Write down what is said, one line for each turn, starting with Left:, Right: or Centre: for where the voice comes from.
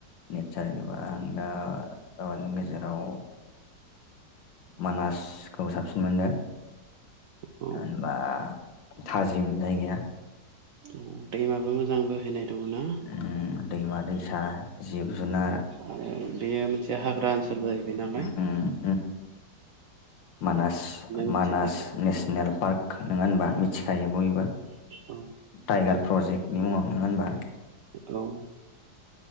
Left: नेचारेलि आं दा नों गेजेराव मानासखौ साबसिन मोनदों
Right: औ
Left: होनबा थाजिम जायगाया
Right: औ दैमाबो मोजां बोहैनाय दङ ना
Left: उम दैमा दैसा जिब जुनार
Right: आरो बेयो मोनसे हाग्रा ओनसोलबो बैनालाय
Left: उम उम मानास
Right: मोनसे
Left: मानास
Right: जायगा
Left: नेसनेल पार्क नोङा होनबा मिथिखायो बयबो
Right: औ
Left: टाइगार प्रजेक्टनि मुङाव नङा होनबा
Right: औ